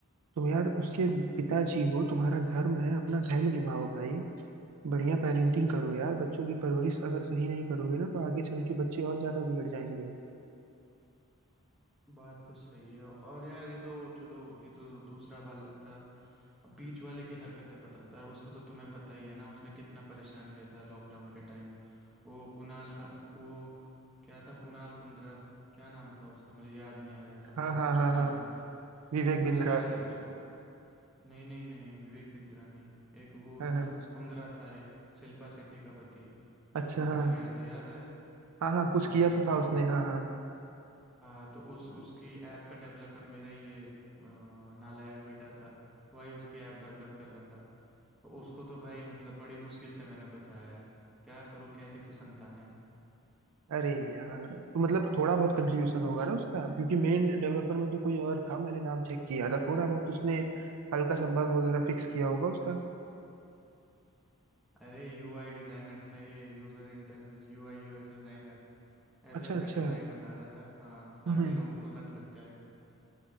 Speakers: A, on the right; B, in the centre.
A: तुम यार उसके पिताजी हो तुम्हारा धर्म है अपना धर्म निभाओ भाई बढ़िया पेरेंटिंग करो यार बच्चों की परवरिश अगर सही नहीं करोगे ना तो आगे चल के बच्चे और ज्यादा बिगड़ जाएंगे
B: बात तो सही है और यार ये तो चलो ये तो दूसरा वाला था अब बीच वाले की हरकतें बताता है उसको तो तुम्हें पता ही है ना उसने कितना परेशान किया था लॉकडाउन के टाइम वो कुणाल का वो क्या था कुणाल कुंद्रा क्या नाम था उसका मुझे याद नहीं आ रहा है जो बहुत
A: हाँ हाँ
B: चर्चाओं
A: हाँ हाँ
B: में था
A: विवेक
B: वो
A: बिंद्रा
B: उसका है उसको नहीं नहीं नहीं विवेक बिंद्रा नहीं एक वो
A: हाँ
B: था
A: हाँ
B: कुंद्रा था एक शिल्पा शेट्टी का पति
A: अच्छा
B: जो पकड़ा
A: हाँ
B: गया था याद है
A: हाँ हाँ कुछ
B: हाँ
A: किया
B: हाँ
A: तो था
B: तो
A: उसने हाँ हाँ
B: हाँ तो उस उसकी ऐप का डेवलपर मेरा ये अ, नालायक बेटा था वही उसकी ऐप डेवलप कर रहा था तो उसको तो भाई मतलब बड़ी मुश्किल से मैंने बचाया है क्या करूँ कैसी तो संतान है
A: अरे यार तो मतलब थोड़ा बहुत कंट्रीब्यूशन होगा ना उसका क्योंकि मेन डेवलपर में तो कोई और था मैंने नाम चेक किया था थोड़ा बहुत उसने हल्का सा बग वगैरह फिक्स किया होगा उसका
B: अरे यूआई डिज़ाइनर था ये user interface UI UX designer ऐसे
A: अच्छा
B: ऐसे
A: अच्छा
B: डिज़ाइन बना रहा था हाँ ताकि
A: हम्म हम्म।
B: लोगों को लत लग जाए